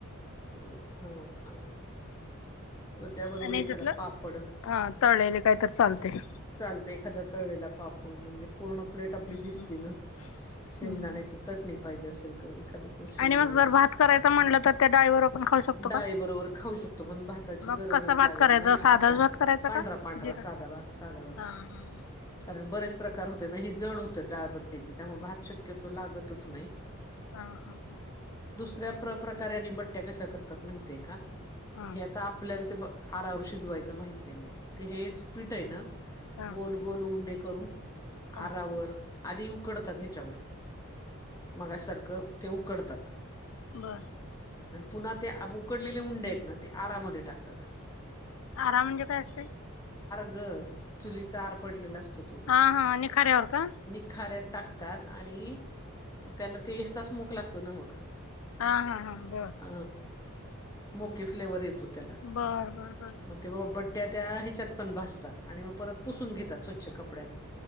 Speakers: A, on the left (about 15°); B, on the left (about 65°).
A: हा अ म त्या बरोबर
B: आणि
A: एखादा
B: ह्याच्यातलं
A: पापड
B: हा तळलेले काय तर चालते. हम्म
A: चचाांते एखादा तळलेला पापड म्हणजे पूर्ण प्लेट आपली दिसती
B: हम्म
A: ना शेंगदाण्याची
B: हम्म
A: चटणी पाहिजे असेल तररी ाली कोशिंबी
B: आणि मग जर भात करायचा म्हणलं तर त्या डाळीवर आपण खाऊ शकतो का?
A: डाळी बरोबर खाऊ शकतो पण भाताची
B: मग
A: गरजच
B: कसा भात
A: लागत
B: करायचा
A: नाही
B: साधाच
A: असा
B: भात करायचा
A: पांढरा
B: का
A: पांढरा
B: जिरा
A: साधा भात साधा भात
B: हा हा
A: कारण बरेच प्रकार होते ना हे जड होतं डाळबट्टीच त्यामुळे भात शक्य तो लागतच नाही
B: हा हा हा
A: दुऱ्या प्र प्रकारे आणि बट्या कश्या करतात माहिितय का
B: हा हा
A: हे आता आपल्याला ते आरावर शिजवायचं माहित नाही म्हणून ते हेच पिट आहे ना
B: हा हा
A: गोल गोल उंडे करून
B: हा
A: आरावर आधी उकडतात ह्याच्यावर मगसारखं ते उकडतात
B: बरं
A: आणि पुन्हा ते आ उकडलेले मुंडे आहेत आ टाकतात
B: आरा म्हणजे काय असते?
A: ग चुलीचा आर पडलेला असतो तो
B: हा हा आणि खऱ्यावर का
A: निखाऱ्यात टाकतात आणि त्याला ते ह्याचाचमक लागतो ना मग
B: हा हा हा बर
A: अ स्मोकी फ्लेवर येतो त्याला
B: बर बर बर.
A: मग ते बाबा बट त्या ह्याच्यात पण भासतात आणि मग परत पुसून घेतात स्वच्छ कपड्याना